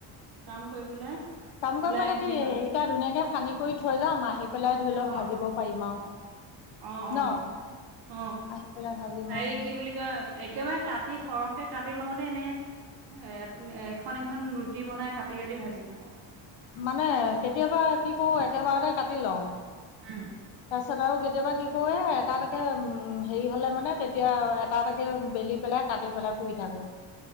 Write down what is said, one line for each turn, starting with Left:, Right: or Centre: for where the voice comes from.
Right: কাম কৰি পেলাই
Left: কাম কৰিম
Right: ওলাই
Left: মানে
Right: আহিলেই
Left: কি এইকেইটা
Right: হ'ল
Left: ধুনীয়াকে সানি কৰি থৈ যাম আহি পেলাই ধৰি
Right: অ
Left: লওঁ ভাজিব পাৰিম আৰু।
Right: অ
Left: ন
Right: অ অ
Left: আহি পেলাই ভাজিম
Right: হেৰি
Left: আৰু
Right: কি বুলি কয় একেবাৰে কাত তি সৰহকে কাটি লওঁ নে এনে এ এখন এখন ৰুটি বনাই কাটি কাটি ভাজি থাকো?
Left: মানে কেতিয়াবা কি কৰো একেবাৰতে কাটি লওঁ।
Right: হম।
Left: তাৰপিছত আৰু কেতিয়াবা কি কৰো এ এটা এটাকে উম হেৰি হ'লে মানে তেতিয়া এটা এটাকৈ বেলি পেলাই কাটি পেলাই পুৰি থাকোঁ।